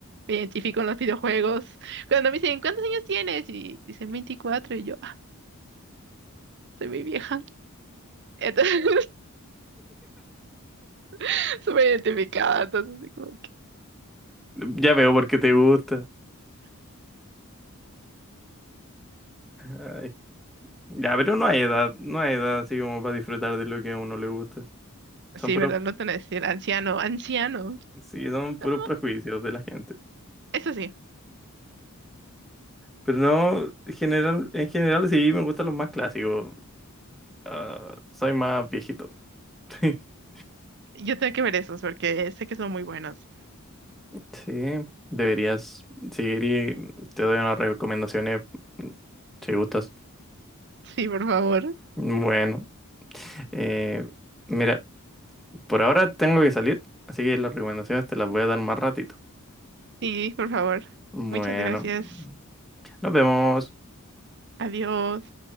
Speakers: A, on the right; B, in the centre.
A: me identifico en los videojuegos. Cuando me dicen, ¿cuántos años tienes? Y dicen 24 y yo, "Ah, soy muy vieja. Entonces, <laughs> súper identificada. Entonces, así como que,
B: Ya veo por qué te gusta. Ay. Ya, pero no hay edad, no hay edad así como para disfrutar de lo que a uno le gusta.
A: sí,
B: Son puros,
A: ¿verdad? No te van a decir anciano, anciano.
B: sí, son puros
A: No.
B: prejuicios de la gente.
A: Eso sí,
B: Pero no, en general, en general sí me gustan los más clásicos. Ah, soy más viejito. <laughs>
A: yo tengo que ver esos porque sé que son muy buenos.
B: Sí, deberías seguir y te doy unas recomendaciones si gustas.
A: Sí, por favor.
B: Bueno, eh, mira, por ahora tengo que salir, así que las recomendaciones te las voy a dar más ratito.
A: Sí, por favor.
B: Bueno,
A: Muchas gracias.
B: nos vemos.
A: Adiós.